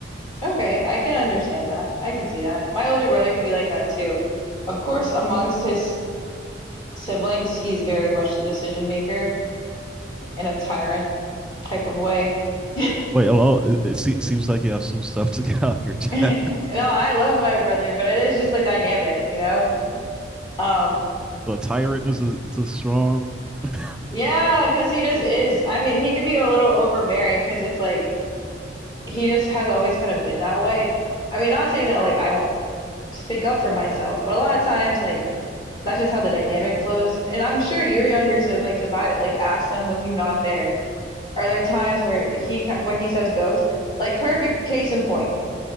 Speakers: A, on the left; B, in the centre.
A: Okay, I can understand that. I can see that. My older brother could be like that too. Of course, amongst his siblings, he's very much the decision maker in a tyrant type of way. <laughs>
B: Wait, oh, well, it, it se- seems like you have some stuff to <laughs> get off your chest.
A: No,
B: <laughs>
A: I love my brother, but it is just like dynamic, you know? Um,
B: Well, tyrant is a, it's a strong. <laughs> it's
A: yeah, because he just is. I mean, he could be a little overbearing because it's like he just has always kind of been that way. I mean, not saying that like I don't speak up for myself, but a lot of times, like, that's just how the dynamic flows. And I'm sure your younger siblings, if I like ask them with you not there, are there times where he ki- where he says goes? Like perfect case in point.